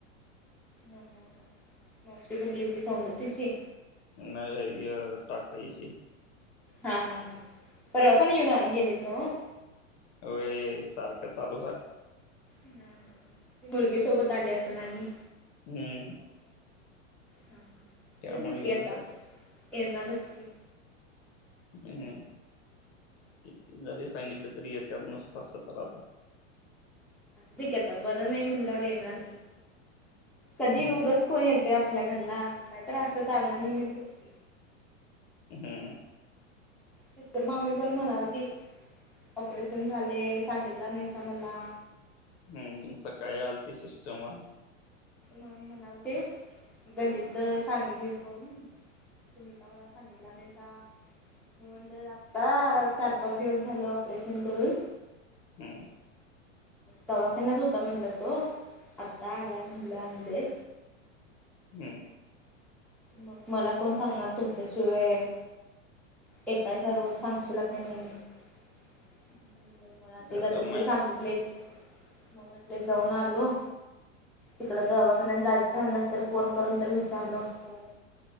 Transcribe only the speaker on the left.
नाय ग य <unintelligible> टाक हीची
अ वैय सारखं चालूच हाय.
हम्म.
त्यामुळे
येऊन
जाते
हम्म किती जरी सांगितलं तरी येत्यात नुसत सतरा जण <unintelligible>
हम्म
हम्म.
हम्म सकाळी आलती सिस्टम वाल
हम्म.
हम्म.
आता
माय